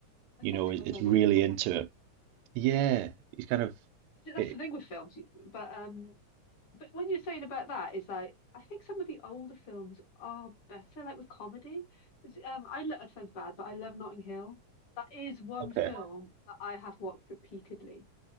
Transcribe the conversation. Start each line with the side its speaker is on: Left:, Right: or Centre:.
Left: I'd
Right: you
Left: love
Right: know,
Left: to
Right: is,
Left: go
Right: is
Left: there one
Right: really
Left: day.
Right: into it. Yeah, he's kind of
Left: That's
Right: it,
Left: the thing with films, you- but um, But when you're saying about that, it's like I think some of the older films are better, like with comedy. Because um, I lo- it sounds bad, but I love Notting Hill. That is one
Right: okay.
Left: film that I have watched repeatedly.